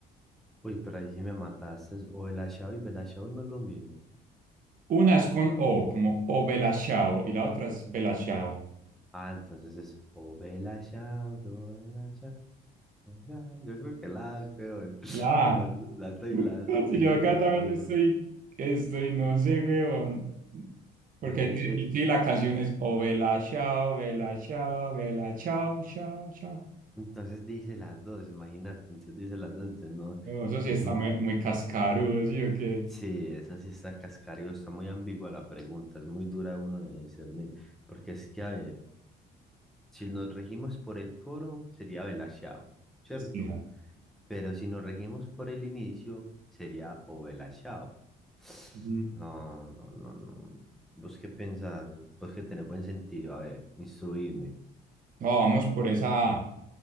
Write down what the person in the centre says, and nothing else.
Uy, pero ahí sí me mataste. es O Bella Ciao y Bella no es lo mismo.
Ah, entonces es O Bella Ciao, yo Bella ya. Yo creo que la, peor. <laughs>
La
verdad, la te- la verdad
tengo
como
duda.
Porque
eh,
entonces dice las dos, imagínate. Entonces dice las dos, entonces no.
Es,
Sí, esa sí está cascario, está muy ambigua la pregunta, es muy dura uno de discernir, porque es que, a ver, si nos regimos por el coro, sería Belashao, ¿cierto?
Pero si nos regimos por el inicio, sería o Belashao. <sniffs>
No, no, no, no. ¿Vos qué pensás? Vos que tenés buen sentido, a ver, instruidme.